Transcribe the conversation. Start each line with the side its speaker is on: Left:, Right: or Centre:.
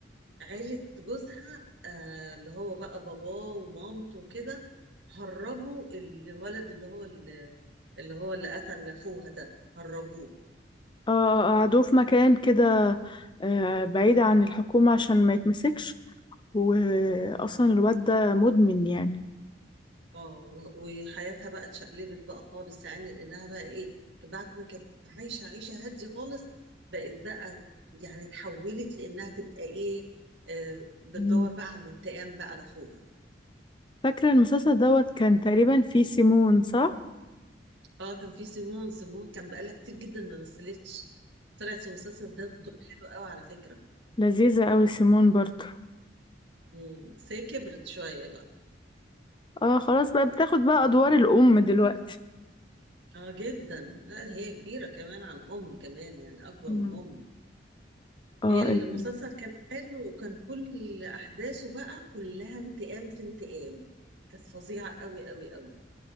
Right: عيلة جوزها آه اللي هو بقى باباه ومامته وكده هربوا الولد اللي هو اللي, اللي هو اللي قتل اخوها ده هربوه
Left: اه آه، قعدوه في مكان كده آه، بعيد عن الحكومة عشان ما يتمسكش واصلا
Right: اه
Left: الواد ده مدمن يعني
Right: اه و- وحياتها بقى اتشقلبت بقى خالص يعني لانها بقى ايه بعد ما كانت عايشه عيشه هاديه خالص بقت بقى يعني اتحولت لانها تبقى ايه آه بتدور
Left: مم.
Right: بقى على الانتقام بقى لاخوها
Left: فاكرة المسلسل دوت كان تقريبا فيه سيمون صح
Right: اه كان في سيمون سيمون كان بقالها كتير جدا ما مثلتش طلعت في المسلسل ده بدور حلو قوي على فكره
Left: لذيذة قوي سيمون برضو
Right: امم بس هي كبرت شويه بقى
Left: اه خلاص بقى بتاخد بقى ادوار الام دلوقتي
Right: اه جدا لا هي كبيره كمان عن ام كمان يعني اكبر
Left: مم.
Right: من ام
Left: اه
Right: هي المسلسل
Left: ال-
Right: كان حلو وكان كل احداثه بقى كلها انتقام في انتقام كانت فظيعه قوي قوي قوي